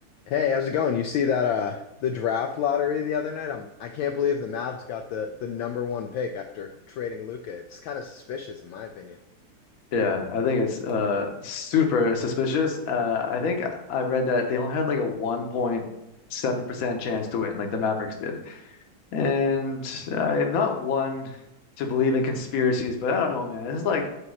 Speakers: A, on the left; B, on the left.
A: Hey, how's it going? You see that uh the draft lottery the other night? I'm I can't believe the Mavs got the the number one pick after trading Luca. It's kind of suspicious in my opinion.
B: Yeah, I think it's uh super suspicious. Uh I think I read that they only had like a 1.7% chance to win, like the Mavericks did. And I am not one to believe in conspiracies, but I don't know, man. This is like